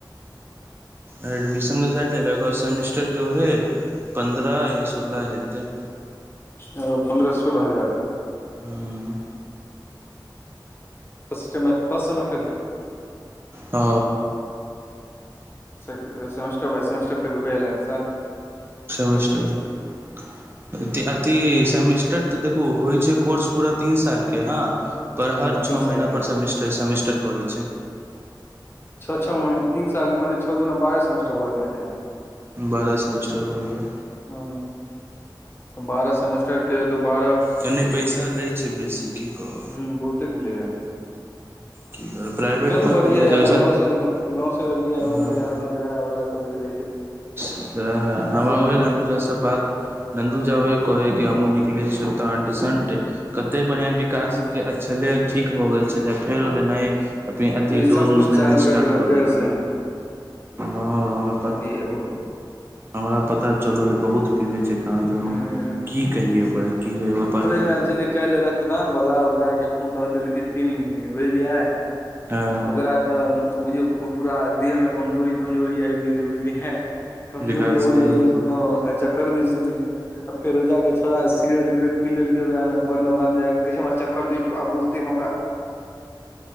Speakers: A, on the right; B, on the left.
A: एडमिशनके साड लेल सेमेस्टरके उहे पन्द्रह या सोलह हेतै
B: ओ पन्द्रह सोलह हजार
A: ह्म
B: रफस्ट सेमस्टर के
A: ओ
B: स से समेस्टर बाय सेमेस्टर पर समेस्टर रुपया लैत
A: सेमेस्टर अथि सेमेस्टर तऽ देखू होइ छै कोर्स पूरा तीन सालके हँ पर
B: हँ
A: हर
B: तीन
A: छओ
B: साल
A: महीनाप
B: के
A: पर सेमेस्टर सेमेस्टर करैय छै
B: छओ छओ मी तीनाल मने छ दिना बारहमेस्टर भऽ गेल अहाँके
A: बारह सेमेिस्टर होल रह
B: ह बारह सेमेस्टर के तऽ बारह
A: कने पैसा लै छै बेसी की कहब
B: हूँ बहुते लैए
A: की कहब प्राइवेटमे
B: चलू बढ़िआँ
A: तऽ ओहे
B: यए
A: जैसा
B: अपना गाँवसँ तऽ गाँवसँ तऽ नीक य गाँवमे
A: हँ
B: हरदम झगड़ा उगड़ा सभ होइत रहै छलै
A: ह ह हमरा
B: ई सब से
A: ओहि
B: तऽ
A: न दू च बाद नन्दु झावे कहै कि हमूँ निकलैत छिय तऽट सन्ट कते बढ़िआं विकास
B: हूँ
A: छलै ठीक भऽ गेल छलै फेर ओ लेनाइ अपने अथी
B: ई सब
A: डोज
B: कुछ
A: उज
B: चालू
A: लेनाइ
B: कैर
A: स्टार्ट कर
B: फेर
A: देलक
B: से
A: ह
B: ज ओ
A: हमरा पता चलल बहुत पीबे छै कहाँ दुन
B: हूँ
A: की कहिे ओकरा की कहि ओकरा
B: आय छलै कालहिख रदान बालला उपजा के खून दऽ देलकै तीन मिनट बुझलियै
A: हँ
B: ओकरा तऽ बुझिय पूरा देहमे कमजोरी तमजोरी आबि गेलै बुझलियै कमजोरी
A: विकासके
B: हब लगल हँ चक्कर भी छल आ फेर रोजाक के छौड़ा सिगेट उगरेट पी लेलकै ओकरा न ने बान्हि जायके कहै हमरा चक्कर द छ आ बहुझते हमरा